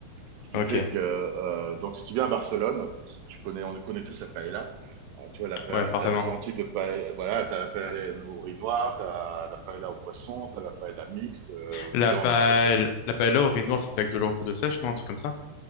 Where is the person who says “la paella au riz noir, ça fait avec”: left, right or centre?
Left